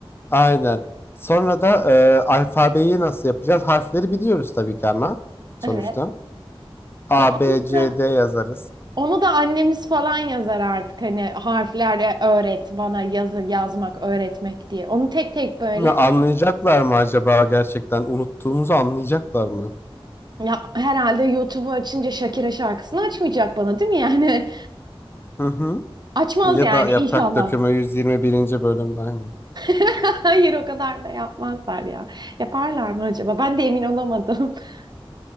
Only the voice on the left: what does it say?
Aynen. Sonra da e, alfabeyi nasıl yapacağız? Harfleri biliyoruz tabii ki ama sonuçta.
A,
B,
C,
D yazarız.
Ne, anlayacaklar mı acaba gerçekten? Unuttuğumuzu anlayacaklar mı?
Hı hı.
Ya
da Yaprak
Dökümü 121. bölüm aynı.